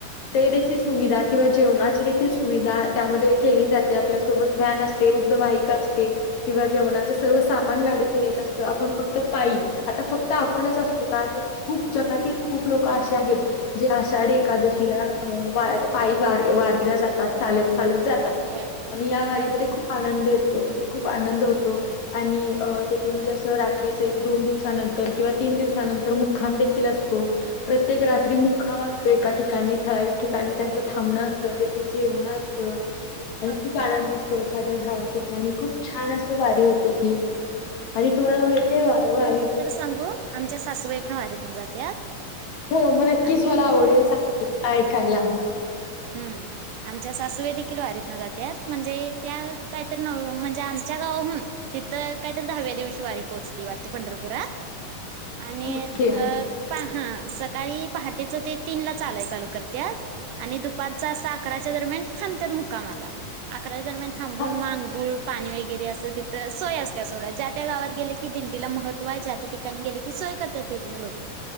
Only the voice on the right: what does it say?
ह
ह
ह
ह
ह
होय
हम्म हम्म
होय
होय
होय
आंग आमच्या सासूबाई पण वारीतून जात्यात
आणि
हम्म हम्म आमच्या सासूबाई देखील वारीत न जात्यात म्हणजे त्या काहीतरी न म्हणजे आमच्या गावाहून तिथं कायतरी दहाव्या दिवशी वारी पोहचती वाटतं वारी पंढरपुरात आणि
अ प हां सकाळी पहाटेचं ते तीनला चालाय चालू करत आणि दुप दुपारचा अस अकराच्या दरम्यान थांबत्यात मुकामाला अकराच्या दरम्यान थांबून
म आंघोळ पाणी वगैरे असं तिथं सोय असत्या सोडा ज्या त्या गावात गेले की दिंडीला महत्त्व आहे ज्या त्या त्यांनी गेल की सोय करत्यात तिथली लोक